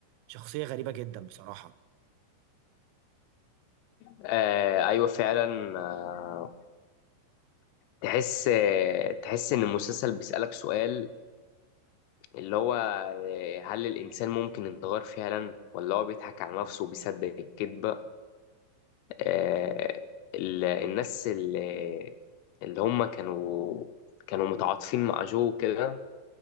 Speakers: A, on the right; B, on the left.
A: شخصية غريبة جدا بصراحة
B: آه أيوة فعلا آه تحس آه تحس إن المسلسل بيسألك سؤال اللي هو آه، هل الإنسان ممكن يتغير فعلا ولا هو بيضحك على نفسه وبيصدق الكذبة آه، ال- الناس اللي اللي هم كانوا كانوا متعاطفين مع جو كده